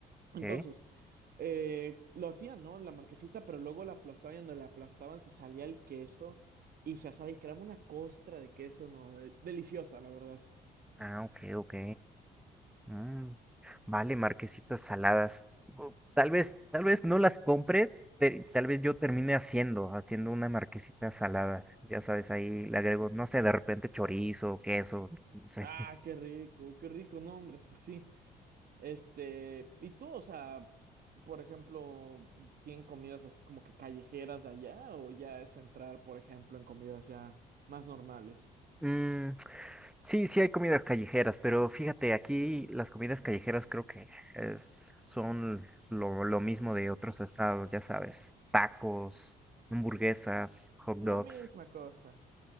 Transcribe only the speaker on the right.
Entonces,
eh, lo hacían, ¿no? La marquesita, pero luego la aplastaban y donde la aplastaban se salía el queso y se asaba y creaba una costra de queso, ¿no? Eh, Deliciosa, la verdad.
Ah, qué rico, qué rico, no, hombre, pues sí. Este, y tú, o sea, por ejemplo, ¿tienen comidas así como que callejeras de allá o ya es entrar, por ejemplo, en comidas ya más normales?
La misma cosa.